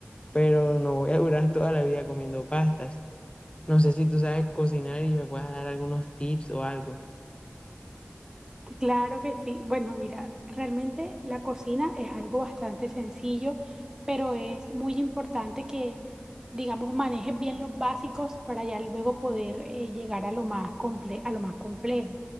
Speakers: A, on the left; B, on the right.
A: pero no voy a durar <laughs> toda la vida comiendo pastas. No sé si tú sabes cocinar y me puedas dar algunos tips o algo.
B: Claro que sí. Bueno, mira, realmente la cocina es algo bastante sencillo, pero es muy importante que, digamos, manejes bien los básicos para ya luego poder eh, llegar a lo más comple- a lo más complejo.